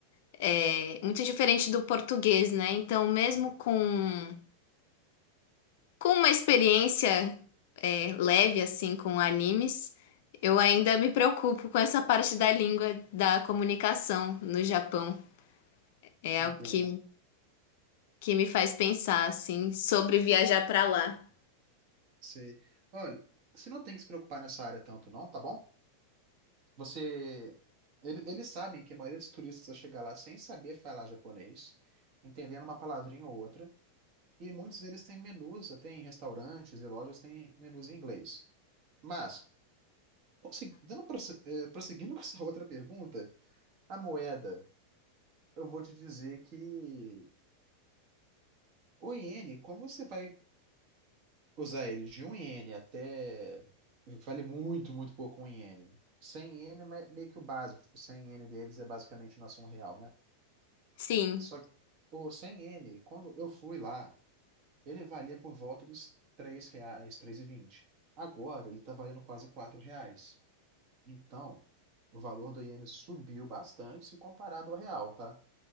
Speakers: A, on the left; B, on the right.
A: é, muito diferente do português, né? Então, mesmo com, com uma experiência é, leve, assim, com animes, eu ainda me preocupo com essa parte da língua da comunicação no Japão. É
B: Entendo.
A: algo que, que me faz pensar, assim, sobre viajar para lá.
B: Sei. Olha, você não tem que se preocupar nessa área tanto, não, tá bom? Você. ele- Eles sabem que a maioria dos turistas vai chegar lá sem saber falar japonês, entendendo uma palavrinha ou outra, e muitos deles têm menus, até em restaurantes e lojas têm menus em inglês. Mas, conse- dando prosse- eh, prosseguindo <laughs> com essa outra pergunta, a moeda, eu vou te dizer que o iene, como você vai usar ele de um iene até. Vale muito, muito pouco um iene. cem iene é me- meio que o básico, tipo, 100 iene deles é basicamente nosso um real, né?
A: Sim,
B: Só que o 100 iene, quando eu fui lá, ele valia por volta dos 3 reais, três e vinte Agora ele tá valendo quase 4 reais. Então, o valor do iene subiu bastante se comparado ao real, tá?